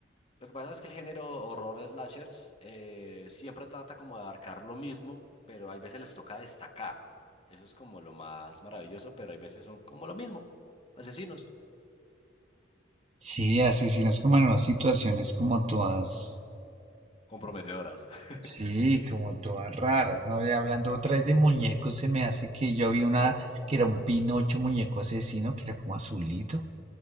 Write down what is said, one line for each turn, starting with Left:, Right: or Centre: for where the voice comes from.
Left: lo que pasa es que el género horror slashers eh, siempre trata como de abarcar lo mismo, pero hay veces les toca destacar. Eso es como lo más maravilloso, pero hay veces son como lo mismo. Asesinos.
Right: Sí, asesinos como en unas situaciones como todas,
Left: Comprometedoras. <laughs>
Right: sí, como todas raras, ¿no? Y hablando otra vez de muñecos, se me hace que yo vi una que era un Pinocho muñeco asesino, que era como azulito.